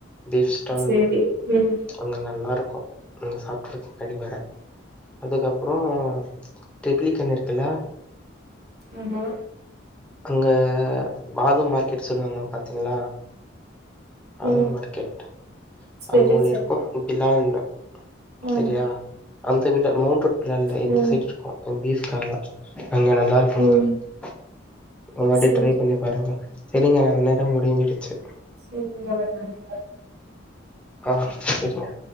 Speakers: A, in the centre; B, on the right.
A: பீஃப் ஸ்டால்ன்னு
B: செரி ம்
A: அங்க நல்லாருக்கு அங்க சாப்ட்ருக்கே கடி வட அதுக்கப்றோ ட்ரிப்ளிகன் இருக்குல
B: ஆமா
A: அங்க வாதம் மார்க்கெட் சொல்லுவாங்க பாத்தீங்களா ஆதம்
B: ம்
A: மார்க்கெட்
B: செரி
A: அங்க ஒன்னு
B: செரி
A: இருக்கு <unintelligible>
B: ம்
A: சரியா அந்த வில மூண்ட்ரோட் பின்னாடில இந்த
B: ம்
A: சைட்ருக்கு பீஃப்காக அங்க நல்லாரு <inaudible>
B: ம்
A: ஒரு வாட்டி
B: செரிங்க
A: ட்ரை பண்ணி பாருங்க செரிங்க நம்ம நேரம் முடிஞ்சிடுச்சு
B: <unintelligible>
A: ஆ செரிங்க